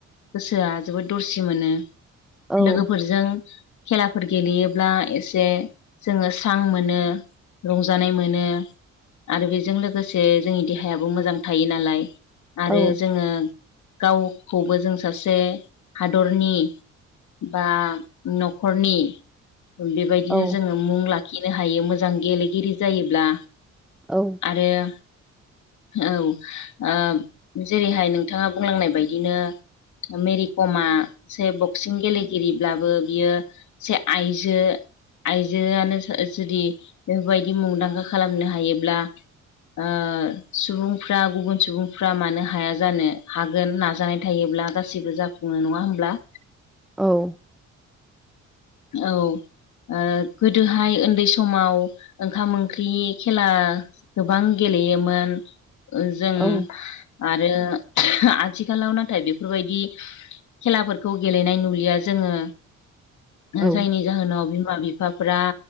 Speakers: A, on the left (about 70°); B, in the centre.
A: गोसोआ जोबोद दरसि मोनो
B: औ
A: लोगोफोरजों खेलाफोरखौ गेलेयोब्ला एसे जोंङो स्रां मोनो रंजानाय मोनो आरो बेजों लोगोसे जोंनि देहायाबो मोजां थायो नालाय आरो
B: औ
A: जोंङो गावखौबो जों सासे हादरनि बा न'खरनि बेबायदिनो
B: औ
A: जोंङो मुं लाखिनो हायो मोजां गेलेगिरि जायोब्ला
B: औ
A: आरो औ जेरैहाय नोंथांङा बुंलांनाय बायदिनो मेरिकमा एसे बक्सिं गेलेगिरिब्लाबो बियो एसे आइजो आइजोयानो जुदि बेफोरबायदि मुंदांखा खालामनो हायोब्ला आ सुबुंफ्रा गुबुन सुबुंफ्रा मानो हाया जानो हागोन नाजानाय फोथायोब्ला गासैबो जाफुङो नङा होमब्ला
B: औ
A: औ गोदोहाय उन्दै समाव ओंखाम ओंख्रि खेला गोबां गेलेयोमोन जों
B: औ
A: आरो आथिखालाव नाथाय बेफोरबायदि खेलाफोरखौ गेलेनाय नुलिया जोङो
B: औ
A: जायनि जाहोनाव बिमा बिफाफ्रा